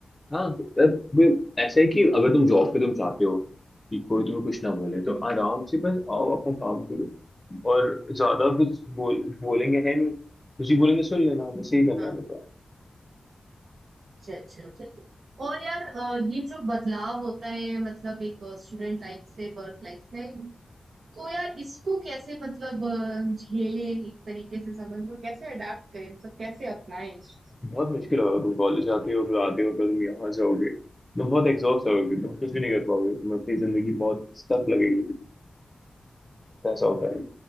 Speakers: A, on the left (about 15°); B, on the right (about 80°).
A: हाँ मतलब वो ऐसा है कि अगर तुम जॉब पे तुम चाहते हो कि कोई तुम्हें कुछ ना बोले तो
B: हम्म,
A: आराम से बस आओ अपना काम करो और ज्यादा कुछ बोल बोलेंगे है नहीं कुछ ही बोलेंगे सुन लेना बस यही करना
B: हाँ
A: रहता है
B: अच्छा अच्छा अच्छा और यार अ, ये जो बदलाव होता है मतलब एक स्टूडेंट लाइफ से वर्क लाइफ में तो यार इसको कैसे मतलब अ, झेले एक तरीके से समझ लो कैसे अडाप्ट करें मतलब कैसे अपनाएं इस चीज़ को?
A: बहुत मुश्किल होगा तुम कॉलेज आते हो फिर आते हो फिर तुम यहाँ जाओगे तुम बहुत एग्जॉस्ट होगे तुम कुछ भी नहीं कर पाओगे तुम्हें अपनी जिंदगी बहुत स्टफ लगेगी ऐसा होता है